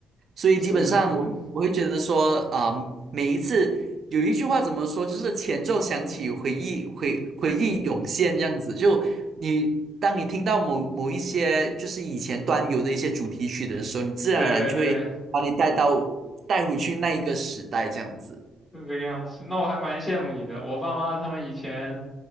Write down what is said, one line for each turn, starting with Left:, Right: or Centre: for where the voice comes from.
Right: 所以基本上我我会觉得说啊、
Left: 是的，是的，
Right: 每一次有一句话怎么说，就是前奏响起，回忆回回忆涌现这样子。就你当你听到某某一些就是以前端游的一些主题曲的时候，你自然而然就会把你带到带回去那一个时代这样子，
Left: 对对，是这个样子。那我还蛮羡慕你的，我爸妈他们以前。